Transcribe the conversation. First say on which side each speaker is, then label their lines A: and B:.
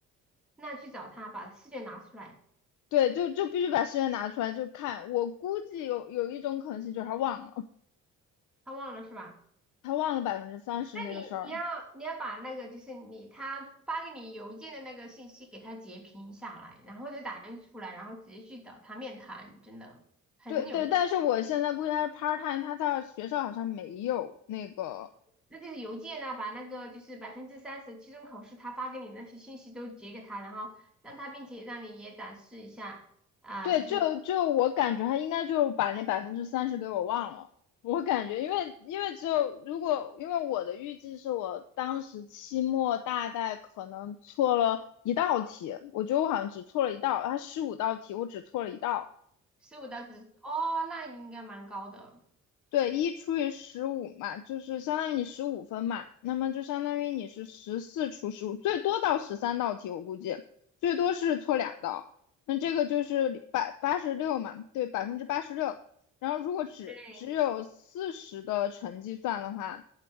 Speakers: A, in the centre; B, on the left (about 80°).
A: 那去找他，把试卷拿出来，
B: 对，就就必须把试卷拿出来就看。我估计有有一种可能性就是他忘了，
A: 他忘了是吧？
B: 他忘了百分之三十那个事儿。
A: 那你你要你要把那个就是你他发给你邮件的那个信息给他截屏下来，然后就打印出来，然后直接去找他面谈，真的很有用。
B: 对对，但是我现在估计他是 part time，他在学校好像没有那个。
A: 那就是邮件呢、把那个就是百分之三十期中考试他发给你的那些信息都截给他，然后让他，并且让你也展示一下啊，
B: 对，
A: 就是
B: 就就我感觉他应该就把那百分之三十给我忘了。我感觉，因为因为只有如果，因为我的预计是我当时期末大概可能错了一道题，我觉得我好像只错了一道，他十五道题我只错了一道。
A: 十五到十哦，那应该蛮高的。
B: 对，一除以十五嘛，就是相当于你十五分嘛，那么就相当于你是十四除十五，最多到十三道题，我估计最多是错两道。那这个就是百八十六嘛，对，百分之八十六。然后如果只只有四十的成绩算的话，
A: 对，